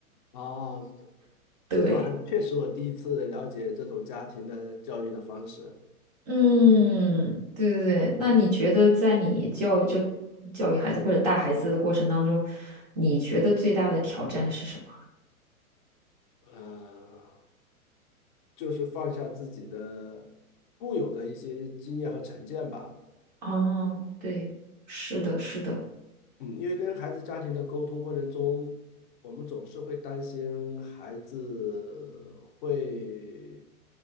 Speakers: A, on the left (about 35°); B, on the right (about 30°).
A: 哦，这
B: <laughs> 对。
A: 这种还确实我第一次了解这种家庭的教育的方式，
B: 嗯，对对对，那你觉得在你教育就教育孩子或者带孩子的过程当中，你觉得最大的挑战是什么？
A: 呃，就是放下自己的固有的一些经验和成见吧。
B: 哦，对，是的，是的，
A: 嗯，因为跟孩子家庭的沟通过程中，我们总是会担心孩子会